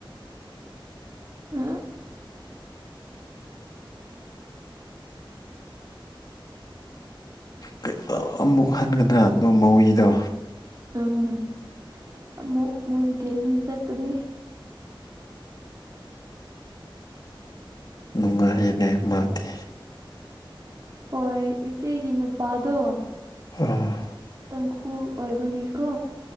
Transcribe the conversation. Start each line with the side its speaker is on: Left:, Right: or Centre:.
Right: <unintelligible>
Left: ꯀꯩ ꯑ ꯑꯃꯨꯛ ꯍꯟꯒꯗ꯭ꯔꯥ ꯑꯗꯣ ꯃꯧꯋꯤꯗꯣ
Right: ꯎꯝ ꯑꯃꯨꯛ ꯃꯣꯏ ꯗꯦꯂꯤ ꯆꯠꯀꯅꯤ
Left: ꯅꯨꯡꯉꯍꯦꯅꯦ ꯃꯥꯥꯗꯤ
Right: ꯍꯣꯏ ꯏꯆꯦꯒꯤ ꯅꯨꯄꯥꯗꯣ
Left: ꯎꯝ
Right: ꯀꯪꯈꯨ ꯑꯣꯏꯕꯒꯤꯀꯣ